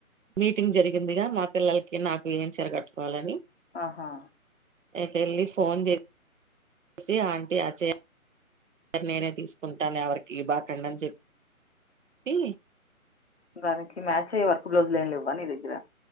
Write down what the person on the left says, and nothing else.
ఆహా
దానికి మ్యాచ్ అయ్యే వర్క్ బ్లౌజులు ఏం లెవ్వా నీ దగ్గర